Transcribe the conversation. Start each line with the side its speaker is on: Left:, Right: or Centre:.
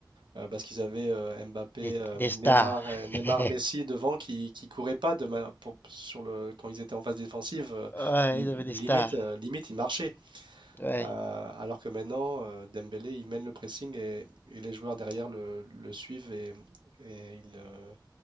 Right: euh, parce qu'ils avaient euh, Mbappé,
Left: Des,
Right: euh,
Left: des
Right: Neymar,
Left: stars.
Right: euh, Neymar,
Left: <laughs>
Right: Messi devant qui qui couraient pas de ma- pour- sur le, quand ils étaient en phase défensive. euh,
Left: Ouais,
Right: ils-
Left: ils avaient des stars.
Right: limite, euh, limite, ils marchaient.
Left: Ouais.
Right: Euh, alors que maintenant, euh, Dembélé, il mène le pressing et, et les joueurs derrière le, le suivent et, et ils, euh,